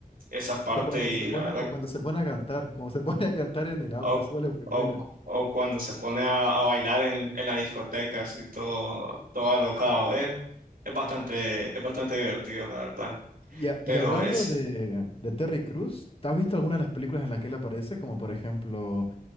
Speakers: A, on the right (about 70°); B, on the left (about 35°).
A: esa parte
B: O cuando
A: y
B: se pone,
A: la verdad,
B: o cuando se pone a cantar, como se pone a cantar en el auto,
A: o,
B: eso es muy bueno.
A: o, o cuando se pone a, a bailar en, en la discoteca, así todo, todo alocado, es, es bastante, es bastante divertido, la verdad.
B: Y, a-
A: Pero
B: y hablando
A: es,
B: de, de Terry Crews, ¿te ¿has visto alguna de las películas en las que él aparece? Como por ejemplo,